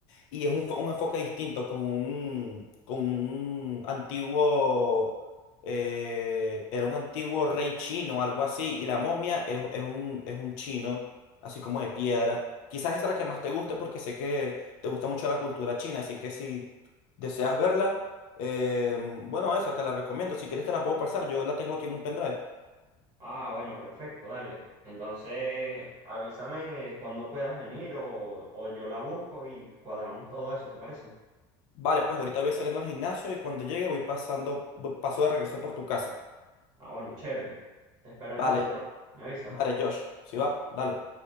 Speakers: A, on the left; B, on the right.
A: Y es un, fo- un enfoque distinto con un, con un antiguo, eh, era un antiguo rey chino, algo así, y la momia es, es un, es un chino, así como de piedra. Quizás esa es la que más te guste porque sé que te gusta mucho la cultura china, así que si deseas verla, eh, bueno, esa te la recomiendo. Si quieres te la puedo pasar, yo la tengo aquí en un pendrive.
B: Ah, bueno, perfecto, dale. Entonces, avísame cuando puedas venir o, o yo la busco y cuadramos todo eso, ¿te parece?
A: Vale, pues ahorita voy saliendo al gimnasio y cuando llegue voy pasando, voy- paso de regreso por tu casa.
B: Ah, bueno, chévere. Te espero entonces,
A: Vale,
B: bro. Me avisas.
A: vale, Josh, si va? Dale.